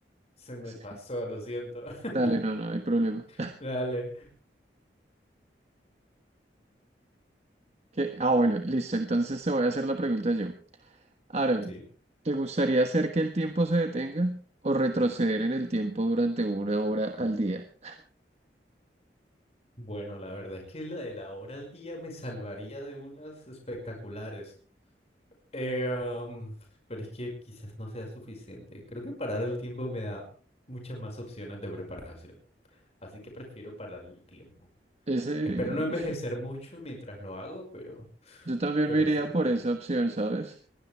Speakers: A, on the left; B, on the right.
A: Se me
B: Sí.
A: pasó, lo siento. <laughs>
B: Dale, no, no hay problema.
A: Dale.
B: ¿Qué? Ah, bueno, listo. Entonces te voy a hacer la pregunta yo. Ahora,
A: Sí.
B: ¿te gustaría hacer que el tiempo se detenga o retroceder en el tiempo durante una hora al día?
A: Bueno, la verdad es que la de la hora al día me salvaría de unas espectaculares. Eh, um, pero es que quizás no sea suficiente. Creo que parar el tiempo me da muchas más opciones de preparación. Así que prefiero parar el tiempo.
B: Ese,
A: Espero no envejecer
B: uf,
A: mucho mientras lo hago, pero,
B: yo también
A: pero
B: me iría
A: sí.
B: por esa opción, ¿sabes?